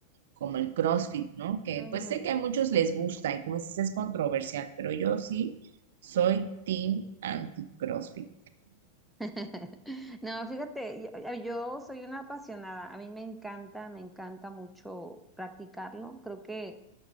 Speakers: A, on the right; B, in the centre.
A: como el CrossFit, ¿no? Que
B: ujú.
A: pues sé que a muchos les gusta y como dices, es controversial, pero yo sí soy team anti-CrossFit.
B: <laughs> No, fíjate, yo, yo soy una apasionada. A mí me encanta, me encanta mucho practicarlo. Creo que